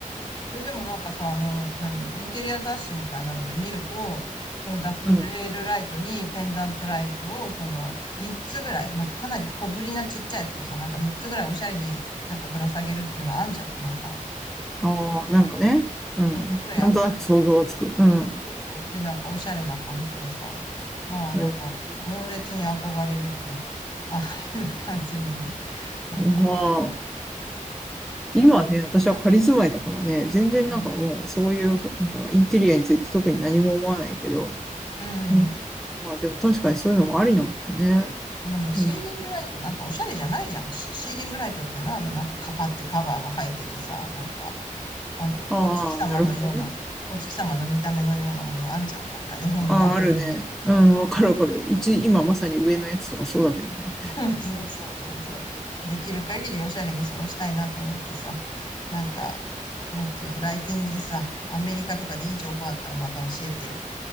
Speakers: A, on the left; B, in the centre.
A: いや、でもなんかさ、あの、何インテリア雑誌みたいなので見ると、そのダクトレールライトにペンダントライトを、
B: うん。
A: その、3つぐらい、まあ、かなり小ぶりなちっちゃいやつをさ、なんか3つぐらいおしゃれになんかぶら下げるっていうのあんじゃん。なんか、
B: ああ、なんかね。うん。
A: そういうのやってる人がいた。
B: なんとなく想像はつく。うん。
A: そうそう。で、なんかおしゃれな感じでさ。まあなんか猛烈に憧れるよね。
B: えー
A: ああいう感じにね。なんか、
B: まあ、
A: まあ、
B: 今ね、私は仮住まいだからね、全然なんかもうそういう、
A: うん。
B: なんかインテリアについて特に何も思わないけど、
A: うん。
B: うん、まあでも確かにそういうのもありなのかね。
A: でもシーリングライトなんかおしゃれじゃないじゃん。
B: うん。
A: シ、シーリングライトっていうのはあのなんかカパってカバーが入っててさ、なんかあのお月様のような、
B: ああ、なるほどね。
A: お月様の見た目のようなものあんじゃん。なんか日本の家庭に
B: ああ、あるね。うん、わかるわかる。うち今まさに上のやつとかそうだけどね。
A: <laughs> そうそうそうそう。できる限りおしゃれに過ごしたいなと思ってさ。なんか、もっとライティングでさ、アメリカとかでいい情報あったらまた教えてよ。